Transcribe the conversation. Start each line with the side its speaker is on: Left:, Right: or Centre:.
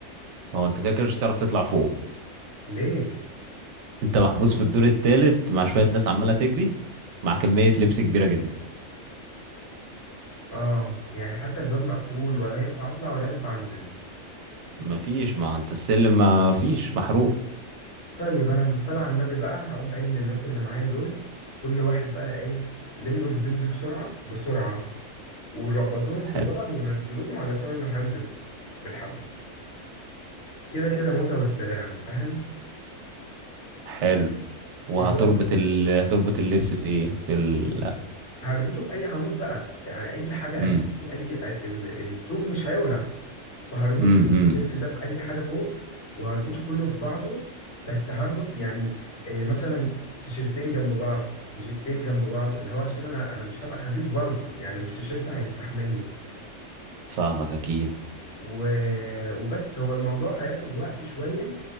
Right: هو انت كده كده مش هتعرف تطلع فوق
Left: ليه
Right: انت محبوس في الدور التالت مع شوية ناس عمالة تجري مع كمية لبس كبيرة جدا
Left: اه يعني حتى الباب مقفول ولا هينفع اطلع ولا هينفع انزل
Right: مفيش ما انت السلم مفيش محروق
Left: طيب انا بصطلع على النبي بقى هقوم قايل للناس اللي معايا دول كل واحد بقى ايه لموا الهدوم دي بسرعة بسرعة وربطوهم
Right: حلو
Left: في بعض ونزلوهم علشان انا هنزل بالحبل كده كده موتة والسلام فاهم
Right: حلو وهتربط
Left: ما هو
Right: ال... هتربط اللبس في ايه في ال
Left: هربطه في اي عمود بقى يعني اي حاجه
Right: امم
Left: اجيب فيه اي ال- الطوب مش هيولع فهربط
Right: امم امم
Left: اللبس ده في اي حاجه فوق وهربطه كله في بعضه بس هربط يعني آه، مثلا تيشرتين جنب بعض جيبتين جنب بعض اللي هو عشان انا انا مش هبقى خفيف برضه يعني مش تيشرت هيستحملني
Right: فاهمك اكيد
Left: و... وبس هو الموضوع هياخد وقت شوية